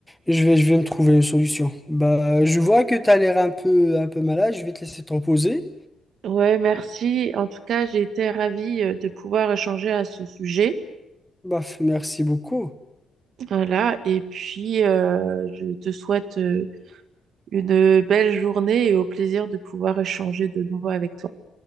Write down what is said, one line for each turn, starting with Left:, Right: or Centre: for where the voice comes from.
Centre: je vais, je vais me trouver une solution. Bah, je vois que tu as l'air un peu, un peu malade. Je vais te laisser te reposer.
Right: Ouais, merci. En tout cas, j'ai été ravie euh, de pouvoir échanger à ce sujet.
Centre: Baf, merci beaucoup.
Right: Voilà, et puis euh, je te souhaite euh, une belle journée et au plaisir de pouvoir échanger de nouveau avec toi.